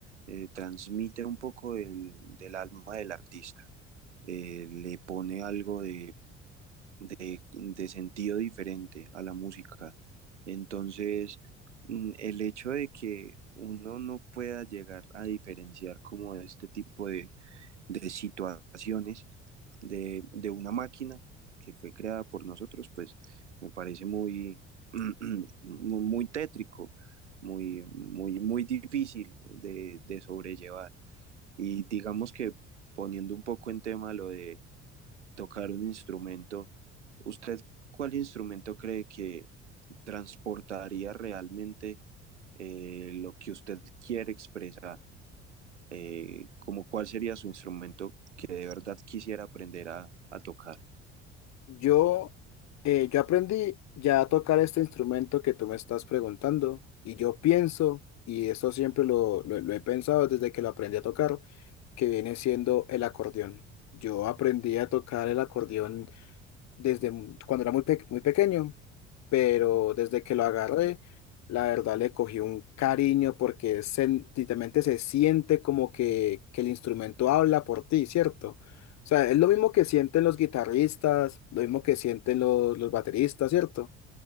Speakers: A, on the right; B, on the left.
A: eh, transmite un poco del, del alma del artista, eh, le pone algo de, de- de sentido diferente a la música. Entonces, mm, el hecho de que uno no pueda llegar a diferenciar como este tipo de de situaciones, de, de una máquina que fue creada por nosotros, pues me parece muy, <clears throat> muy tétrico, muy, muy, muy difícil de, de, sobrellevar. Y digamos que poniendo un poco en tema lo de tocar un instrumento, ¿usted cuál instrumento cree que transportaría realmente eh, lo que usted quiere expresar? eh, como cuál sería su instrumento que de verdad quisiera aprender a, a tocar.
B: Yo, eh, yo aprendí ya a tocar este instrumento que tú me estás preguntando y yo pienso, y eso siempre lo, lo lo he pensado desde que lo aprendí a tocar, que viene siendo el acordeón. Yo aprendí a tocar el acordeón desde mu- cuando era muy, pe- muy pequeño, pero desde que lo agarré, la verdad le cogí un cariño porque sen- literalmente se siente como que, que el instrumento habla por ti, ¿cierto? O sea, es lo mismo que sienten los guitarristas, lo mismo que sienten los, los bateristas, ¿cierto?